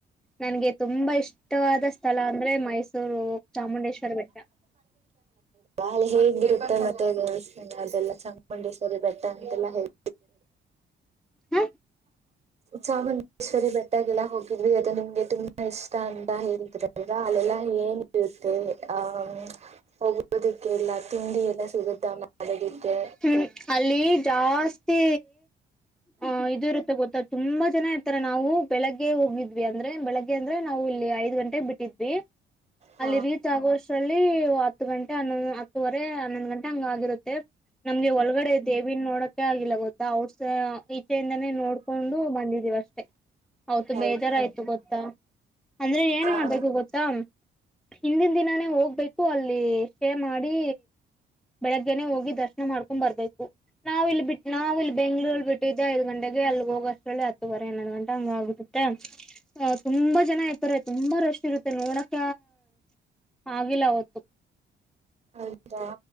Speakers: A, in the centre; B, on the right.
A: ನನ್ಗೆ ತುಂಬಾ ಇಷ್ಟವಾದ ಸ್ಥಳ ಅಂದ್ರೆ ಮೈಸೂರು ಚಾಮುಂಡೇಶ್ವರ ಬೆಟ್ಟ
B: ಹೌದ ಹೇಗಿರುತ್ತೆ ಮತ್ತೆ ಅದೆಲ್ಲ ಚಾಮುಂಡೇಶ್ವರಿ ಬೆಟ್ಟ ಅಂತೆಲ್ಲ ಹೇಳ್
A: ಹ
B: ಚಾಮುಂಡೇಶ್ವರಿ ಬೆಟ್ಟ ಟಗೆಲ್ಲ ಹೋಗಿದ್ವಿ ಅದ ನಿಮ್ಗೆ ತುಂಬಾ ಇಷ್ಟ ಅಂತ ಹೇಳಿದ್ರು ಈಗ ಅಲ್ಲೆಲ್ಲ ಏನ್ ಇರುತ್ತೆ ಅಂ ಹೋಗೋದಿಕ್ಕೆ ಎಲ್ಲ ತಿಂಡಿ ಎಲ್ಲ ಸಿಗುತ್ತೆ ಮಾಡೋದಿಕ್ಕೆ
A: ಹ್ಮ್ ಅಲ್ಲಿ ಜಾಸ್ತಿ ಆ ಇದು ಇರುತ್ತೆ ಗೊತ್ತಾಗ್ ತುಂಬಾ ಜನ ಇರ್ತಾರೆ ನಾವು ಬೆಳಿಗ್ಗೆ ಹೋಗಿದ್ವಿ ಅಂದ್ರೆ ಬೆಳಿಗ್ಗೆ ಅಂದ್ರೆ ನಾವು ಇಲ್ಲಿ ಐದ್ ಗಂಟೆಗೆ ಬಿಟ್ಟಿದ್ವಿ
B: ಹಾ
A: ಅಲ್ಲಿ ರೀಚ್ ಆಗುವಷ್ಟ ರಲ್ಲಿ ಹತ್ತು ಗಂಟೆ ಹೊ ಹತ್ತುವರೆ ಹನ್ನೊಂದು ಗಂಟೆ ಹಂಗ್ ಆಗಿರುತ್ತೆ ನಮ್ಗೆ
B: ಹ್ಮ್
A: ಒಳಗಡೆ ದೇವಿ ನೋಡಕೆ ಆಗಿಲ್ಲ ಗೊತ್ತಾ ಔಟ್ ಅಚೆ ಇಂದಾನೆ ನೋಡ್ಕೊಂಡು ಬಂದಿದ್ದೀವ ಅಷ್ಟೇ ಅವತ್ತು
B: ಹೌದಾ
A: ಬೇಜಾರ್ ಆಯ್ತು ಗೊತ್ತಾ ಅಂದ್ರೆ ಏನ್ ಮಾಡ್ಬೇಕು
B: ಹೌದಾ
A: ಗೊತ್ತಾ ಹಿಂದಿನ ದಿನಾನೇ ಹೋಗ್ಬೇಕು ಅಲ್ಲಿ ಸ್ಟೇ ಮಾಡಿ ಬೆಳಿಗ್ಗೆನೆ ಹೋಗಿ ದರ್ಶನ ದರ್ಶನ ಮಾಡ್ಕೊಂಡ್ ಬರ್ಬೇಕು ನಾವು ಇಲ್ಲಿ ಬಿಟ್ಟ ನಾವು ಇಲ್ಲಿ ಬೆಂಗ್ಳೂರಲ್ಲಿ ಬಿಟ್ಟಿದ್ದೆ ಐದು ಗಂಟೆಗೆ ಅಲ್ಲಿ ಹೋಗೋಷ್ಟಲ್ಲೆ ಹತ್ತು ಹತ್ತು ವರೆ ಹನ್ನೊಂದು ಗಂಟಾ ಹಂಗ ಆಗುತ್ತೆ ತುಂಬಾ ಜನ ಇರ್ತಾರೆ ತುಂಬಾ ರಶ್ ಇರುತ್ತೆ ನೋಡಕ ಆಗಿಲ್ಲ ಅವತ್ತು
B: ಹೌದ